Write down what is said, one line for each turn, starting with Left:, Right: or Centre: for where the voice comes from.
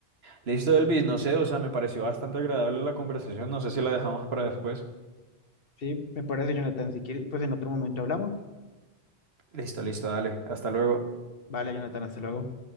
Right: Listo, Elvis, no sé, o sea, me pareció bastante agradable la conversación, no sé si la dejamos para después.
Left: Sí, me parece, Jonathan, si quieres, pues en otro momento hablamos.
Right: Listo, listo, dale, hasta luego.
Left: Vale, Jonathan, hasta luego.